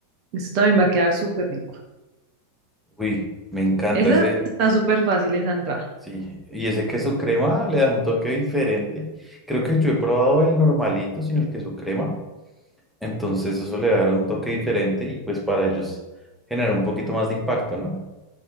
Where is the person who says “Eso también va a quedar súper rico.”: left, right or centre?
Right